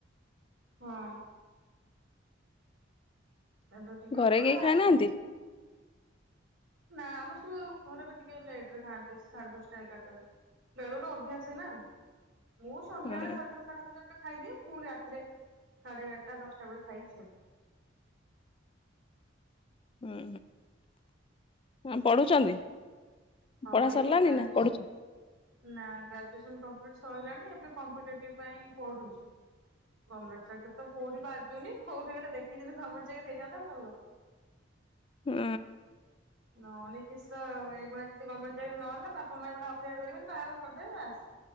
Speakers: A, on the right (about 75°); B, on the left (about 25°).
A: ହଁ। ଏବେ ଟିକେ
B: ଘରେ
A: ଅଲଗା
B: କେହି ଖାଇନାହାନ୍ତି
A: ନା ଆମର ସବୁ ଘରେ ବି ଟିକେ ଲେଟ ରେ ଖାଆନ୍ତି ସାଢେ ଦଶଟା ଏଗାରଟା ବେଳେ। ବେଳରୁ ଅଭ୍ୟାସ ନା। ମୁଁ ସନ୍ଧ୍ୟାବେଳେ
B: ହଁ
A: ସାତଟା ସାଢେ ସାତଟା ବେଳେ ଖାଇଦିଏ ପୁଣି ରାତିରେ ସାଢେ ଏଗାରଟା ଦଶଟା ବେଳେ ଖାଇକି ସୁଏ।
B: ହୁଁ ହୁଁ ପଢୁଛନ୍ତି?
A: ହଁ
B: ପଢା
A: ଏଇ
B: ସରିଲାନି
A: ଗ୍ରାଜୁଏସନ
B: ନା ପଢୁଛ?
A: ନା ଗ୍ରାଜୁଏସନ କମ୍ପ୍ଲିଟ ସରିଲାଣି ଏବେ କମ୍ପିଟେଟିଭ ପାଇଁ ପଢୁଛି। ଗମେଟ ଚାକିରୀ ତ କୋଉଠି ବାଜୁନି କୋଉଠି ଗୋଟେ ଦେଖିକି ଯଦି ଭଲ ଜାଗାରେ ହେଇଯାନ୍ତା ଭଲ ହୁଅନ୍ତା।
B: ହୁଁ।
A: ନ ହେଲେ କିଷ ଏଇଭଳିଆ ଯଦି ଗଭର୍ଣ୍ଣମେଣ୍ଟ ଚାକିରୀ ନହେଲେ ବାପା ମା କଣ ଅପେକ୍ଷା କରିବେ ବାହାଘର କରିଦେବେ ବାସ।